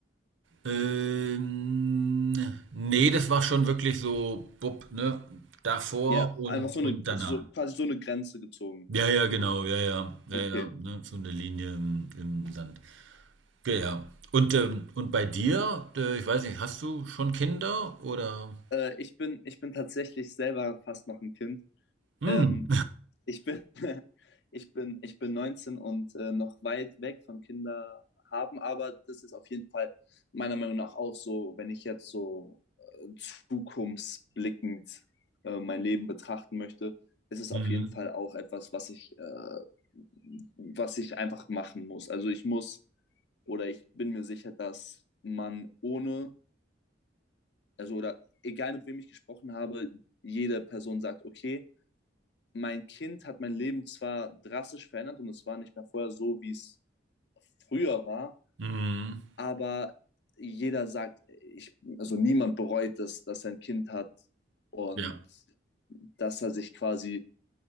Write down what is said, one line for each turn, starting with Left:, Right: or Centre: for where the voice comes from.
Right: Ähm, nee, das war schon wirklich so, bupp, ne? Davor
Left: Ja,
Right: und,
Left: einfach so eine,
Right: und danach.
Left: so, quasi so eine Grenze gezogen.
Right: Ja, ja, genau, ja, ja, ja,
Left: Okay.
Right: ja, ne? So eine Linie im, im Sand. Ja, ja. Und, ähm, und bei dir, äh, ich weiß nicht, hast du schon Kinder oder?
Left: Äh, ich bin, ich bin tatsächlich selber fast noch ein Kind.
Right: Hm.
Left: Ähm, ich bin, <laughs> ich bin, ich bin 19 und äh, noch weit weg von Kinder haben, aber das ist auf jeden Fall meiner Meinung nach auch so, wenn ich jetzt so äh, zukunftsblickend äh, mein Leben betrachten möchte, ist es
Right: Mhm.
Left: auf jeden Fall auch etwas, was ich, äh, was ich einfach machen muss. Also ich muss oder ich bin mir sicher, dass man ohne, also oder egal mit wem ich gesprochen habe, jede Person sagt, okay, mein Kind hat mein Leben zwar drastisch verändert und es war nicht mehr vorher so, wie es früher war,
Right: Mhm.
Left: aber jeder sagt, ich, also niemand bereut es, dass er ein Kind hat und
Right: Ja.
Left: dass er sich quasi,